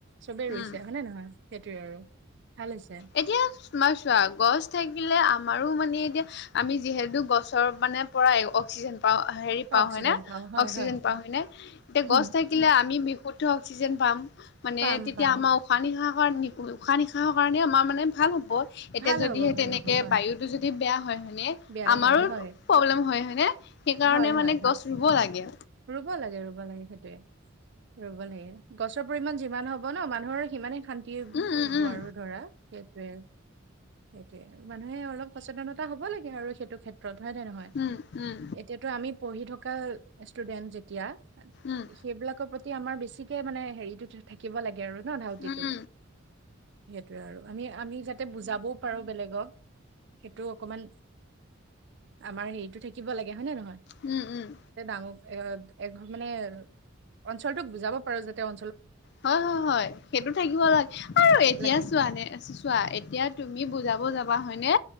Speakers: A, on the right (about 55°); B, on the left (about 50°).
A: চবে ৰুইছে।
B: উম
A: হয়নে নহয়? সেইটোৱে আৰু। ভাল হৈছে
B: এতিয়া তোমাৰ চোৱা, গছ থাকিলে, আমাৰো মানে এতিয়া, আমি যিহেতু গছৰ মানে পৰাই অক্সিজেন পাওঁ- হেৰি পাওঁ
A: অক্সিজেন
B: হয় নে?
A: পাওঁ হয়
B: অক্সিজেন পাওঁ হয় নে? এতিয়া
A: উম,
B: গছ থাকিলে আমি বিশুদ্ধ অক্সিজেন পাম। মানে
A: পাম
B: তেতিয়া
A: পাম
B: আমাৰ উশাহ-নিশাহৰ- উশাহ-নিশাহৰ কাৰণে আমাৰ মানে ভাল হ ব। এতিয়া
A: ভাল
B: যদিহে
A: হ'ব ভাল
B: তেনেকে
A: হ'ব হয়
B: বায়ুটো যদি বেয়া হয়, হয় নে?
A: বেয়া
B: আমাৰো
A: হয়, হয়।
B: প্ৰব্লেম হয় নে? সেইকাৰণে
A: হয়, হয়,
B: মানে
A: হয়।
B: গছ ৰুব লাগে।
A: ৰুব লাগে - ৰুব লাগে সেইটোৱে। ৰুব লাগে। গছৰ পৰিমাণ যিমান হ'ব ন', মানুহৰ সিমানে শান্ তি
B: উম উম
A: হ'ব আৰু ধৰা, সেইটোৱে। সেইটোৱে আৰু। মানুহে অলপ সচেতনতা হ'ব লাগে আৰু, সেইটো ক্ষেত্ ত্ৰত, হয় নে নহয়?
B: উম উম
A: এতিয়াতো আমি পঢ়ি থকা ষ্টুডেন্ট যেতিয়া
B: উম
A: সেইবিলাকৰ প্ৰতি আমাৰ বেছিকে মানে হেৰিটো থাকিব লাগে। আৰু ন'? ধাউতিটো।
B: উম উম উম
A: সেইটোৱে আৰু। আমি- আমি যাতে বুজাবও পাৰোঁ বেলেগক, সেইটো অকমান আমাৰ হেৰিটো থাকিব লাগে, হয় নে নহয়?
B: উম - উম।
A: হক অ' এঘৰ মানে, অঞ্চলটোক বুজাব পাৰোঁ যাতে অ
B: হয় - হয় - হয়, সেইটো থাকিব লাগে। আৰু এতিয়া
A: লাগে
B: চোৱা নে- চোৱা, এতিয়া তুমি বুজাব যোৱা হয়নে?